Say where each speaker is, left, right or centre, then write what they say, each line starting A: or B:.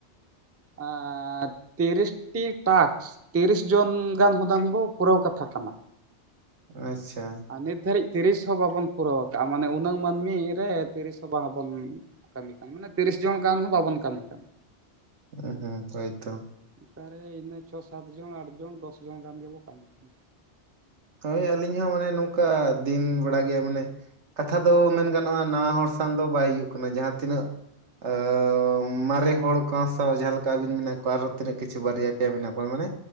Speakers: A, on the right; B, on the right.
A: ᱮᱸ ᱛᱤᱨᱤᱥᱴᱤ ᱴᱟᱠᱥ᱾ ᱛᱤᱨᱤᱥ ᱡᱚᱱ ᱜᱟᱱ ᱦᱚᱫᱟᱝ ᱵᱚ ᱯᱩᱨᱟᱹᱣ ᱠᱟᱛᱷᱟ ᱠᱟᱱᱟ᱾
B: ᱟᱪ-ᱪᱷᱟ᱾
A: ᱱᱤᱛ ᱫᱷᱟᱹᱨᱤᱡ ᱛᱤᱨᱤᱥ ᱦᱚᱸ ᱵᱟᱵᱚᱱ ᱯᱩᱨᱟᱹᱣ ᱠᱟᱜ-ᱟ ᱢᱟᱱᱮ ᱩᱱᱟᱹᱝ ᱢᱟᱹᱱᱢᱤ ᱨᱮ ᱛᱤᱨᱤᱥ ᱦᱚᱸ ᱵᱟᱝ ᱵᱚᱱ᱾ ᱠᱟᱢᱤ ᱠᱟᱱ ᱢᱟᱱᱮ ᱛᱤᱨᱤᱥ ᱡᱚᱱ ᱜᱟᱱ ᱦᱚ ᱵᱟᱵᱚᱱ ᱠᱟᱢᱤ ᱠᱟᱱ
B: ᱦᱩᱸ ᱦᱩᱸ ᱦᱳᱭᱛᱚ᱾
A: ᱚᱠᱟᱨᱮ ᱤᱱᱟᱹ ᱪᱷᱚ ᱥᱟᱛ ᱡᱚᱱ ᱟᱴ ᱡᱚᱱ ᱫᱚᱥ ᱡᱚᱱ ᱜᱟᱱ ᱜᱮᱵᱚ ᱠᱟᱢᱤ ᱠᱟᱱ᱾
B: ᱦᱳᱭ ᱟᱹᱞᱤᱧ ᱦᱚᱸ ᱢᱟᱱᱮ ᱱᱚᱝᱠᱟ ᱫᱤᱱ ᱵᱮᱲᱟ ᱜᱮ ᱢᱟᱱᱮ᱾ ᱠᱟᱛᱷᱟ ᱫᱚ ᱢᱮᱱ ᱜᱟᱱᱚᱜ-ᱟ ᱱᱟᱣᱟ ᱦᱚᱲ ᱥᱟᱝ ᱫᱚ ᱵᱟᱭ ᱦᱩᱭᱩᱜ ᱠᱟᱱᱟ ᱡᱟᱸᱦᱟ ᱛᱤᱱᱟᱹᱜ ᱟᱹᱻ ᱢᱟᱨᱮ ᱦᱚᱲ ᱠᱟ ᱥᱟᱶ ᱡᱟᱸᱦᱟ ᱞᱮᱠᱟ ᱟᱹᱵᱤᱱ ᱢᱮᱱᱟᱜ ᱠᱚᱣᱟ ᱟᱨᱚ ᱛᱤᱱᱟᱹᱜ ᱠᱤᱪᱷᱩ ᱵᱟᱨᱭᱟ ᱯᱮᱭᱟ ᱢᱮᱱᱟᱜ ᱠᱚᱣᱟ ᱢᱟᱱᱮ᱾